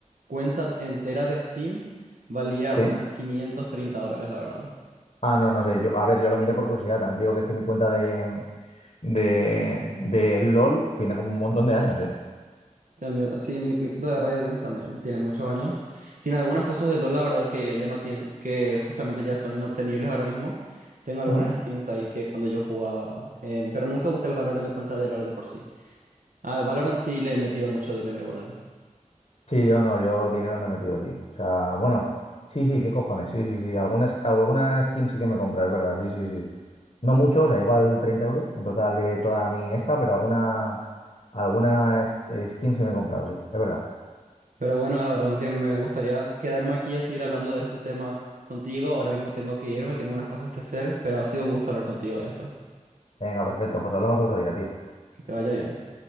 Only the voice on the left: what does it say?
Sí.
Ah, no, no sé. Yo, a ver, yo lo miré por curiosidad. También te digo que es que mi cuenta de, de, de LOL tiene como un montón de años, ¿eh?
¿Mm?
Sí, yo no, yo dinero no he metido, tío. O sea, bueno, sí, sí, qué cojones, sí, sí, sí. Algunas, sk- alguna skin sí que me compra, es verdad, sí, sí, sí. No mucho, o sea, igual 30 euros en total de toda mi esta, pero alguna, alguna es- eh, skin sí me he comprado, sí, es verdad.
Venga, perfecto, pues hablamos otro día, tío.